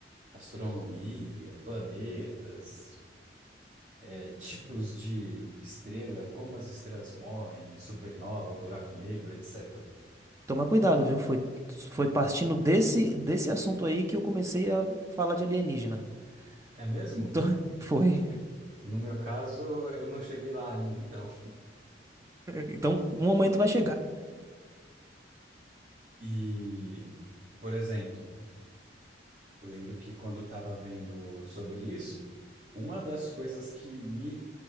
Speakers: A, on the right (about 45°); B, on the right (about 15°).
A: astronomia, planetas, é, tipos de estrela, como as estrelas morrem, supernova, buraco negro, etc.
B: Toma cuidado, viu? Foi, foi partindo desse, desse assunto aí que eu comecei a falar de alienígena.
A: É mesmo?
B: Então, <laughs> foi.
A: No meu caso, eu não cheguei lá ainda, então.
B: Então, um momento vai chegar.
A: E, por exemplo, eu lembro que quando eu estava vendo sobre isso, uma das coisas que me